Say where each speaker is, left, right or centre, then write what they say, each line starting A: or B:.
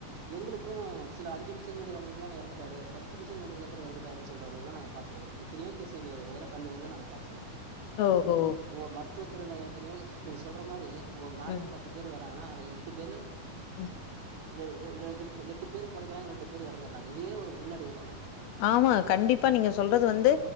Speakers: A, on the right; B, on the left.
A: எங்களுக்கு சில அஞ்சு நிம்ஷத்துக்கு முன்னாடி வந்துந்தா இறந்துடாரு பத்து நிமிஷத்துக்கு வந்ததுக்கு அப்புறம் இறந்துட்டாருன்னு சொல்ற அளவுகுலா நாங்க பாத்துருக்குறோ எத்தினியோ கேசு எங்க எதர கண்ணு எதுருல நாங்க பாத்துருக்குறோ
B: ஓ ஓ
A: ஓ மருத்துவத்துறையில யொத்தினியோ நீங்க சொல்ற மாரி ஒரு நாளைக்கு
B: ம்
A: பத்து பேர் வராங்கனா அதுல எட்டு பேரு
B: ம்
A: ரே ரே ரேகுருப்ப எட்டு பேர் பொழைக்கிறாங்க ரெண்டு பேர் இறந்துடுறாங்க இதே ஒரு பின்னடைவு தானே
B: ஆமா கண்டிப்பா நீங்க சொல்றது வந்து